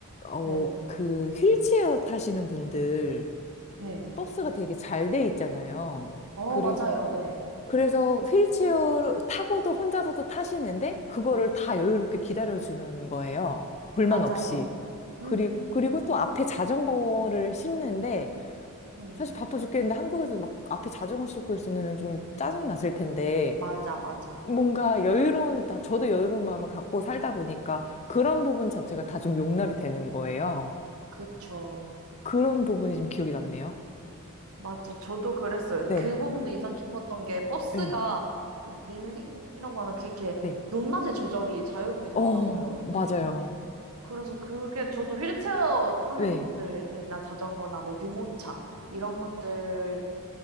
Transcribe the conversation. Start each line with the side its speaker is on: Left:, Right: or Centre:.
Left: 어,
Right: 네.
Left: 그 휠체어 타시는 분들
Right: 네.
Left: 버스가 되게 잘 돼 있잖아요.
Right: 어,
Left: 그래서,
Right: 맞아요. 네.
Left: 그래서 휠체어 타고도 혼자서도 타시는데, 그거를 다 여유롭게 기다려주는 거예요. 불만
Right: 맞아요.
Left: 없이. 그리고,
Right: 음.
Left: 그리고 또 앞에 자전거를 싣는데,
Right: 음.
Left: 사실 바빠 죽겠는데 한국에서 막 앞에 자전거 싣고 있으면 좀 짜증 났을 텐데,
Right: 맞아, 맞아.
Left: 뭔가 여유로운, 다- 저도 여유로운 마음을 갖고 살다 보니까 그런 부분 자체가 다 좀 용납이 되는 거예요.
Right: 그쵸.
Left: 그런 부분이 좀 기억이 남네요.
Right: 맞죠. 저도 그랬어요.
Left: 네,
Right: 그 부분도 인상 깊었던 게 버스가
Left: 네.
Right: 닐링이라고 하나 그렇게
Left: 네,
Right: 높낮이 조절이 자유롭게 되더라고요.
Left: 어, 맞아요.
Right: 그래서 그게 저도 휠체어 타는
Left: 네.
Right: 분들이나 자전거나 뭐 유모차 이런 것들이